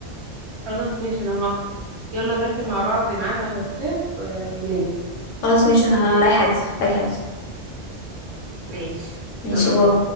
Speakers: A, on the right (about 65°); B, on the left (about 85°).
A: خلاص ماشي انا موافقه يلا نرتب مع بعض ميعاد على الواتساب و- وننزل
B: خلاص ماشي انا رايحة اجهز أجهز.
A: ماشي
B: ماشي
A: يلا
B: باي
A: باي